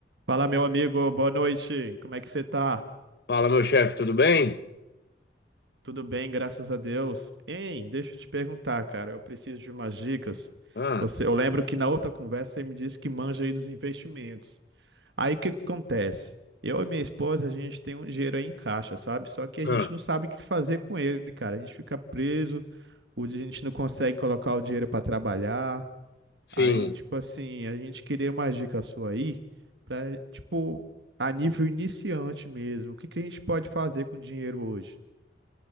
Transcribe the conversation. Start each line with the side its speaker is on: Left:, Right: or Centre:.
Right: Fala, meu amigo, boa noite. Como é que você tá?
Left: Fala, meu chefe, tudo bem?
Right: Tudo bem, graças a Deus. Hein, deixa eu te perguntar, cara, eu preciso de umas dicas.
Left: Ah,
Right: Você, eu lembro que na outra conversa você me disse que manja aí dos investimentos. Aí o que que acontece? Eu e minha esposa, a gente tem um dinheiro aí em caixa, sabe? Só que a
Left: ah,
Right: gente não sabe o que fazer com ele, cara. A gente fica preso, o- a gente não consegue colocar o dinheiro para trabalhar.
Left: sim.
Right: Aí, tipo assim, a gente queria uma dica sua aí pra, tipo, a nível iniciante mesmo. O que que a gente pode fazer com dinheiro hoje?